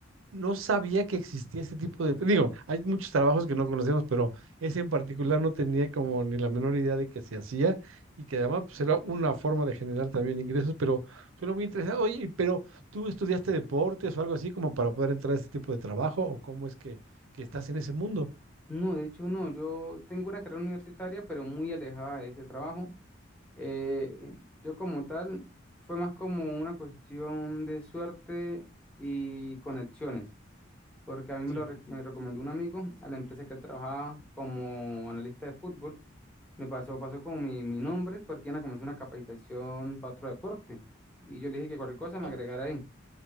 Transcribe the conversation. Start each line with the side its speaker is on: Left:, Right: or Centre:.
Right: no sabía que existía ese tipo de... Digo, hay muchos trabajos que no conocemos, pero ese en particular no tenía como ni la menor idea de que se hacía y que además pues, era una forma de generar también ingresos, pero suena muy interesante. Oye, y- pero ¿tú estudiaste deportes o algo así como para poder entrar a este tipo de trabajo o cómo es que, que estás en ese mundo?
Centre: No, de hecho no, yo tengo una carrera universitaria, pero muy alejada de ese trabajo. Eh, yo como tal, fue más como una cuestión de suerte y conexiones, porque a mí me
Right: Sí.
Centre: lo rec- me recomendó un amigo a la empresa que él trabajaba como analista de fútbol. Me pasó, pasó como mi, mi nombre, porque iban a comenzar una capacitación para otro deporte. Y yo le dije que cualquier cosa me
Right: Ah,
Centre: agregara ahí.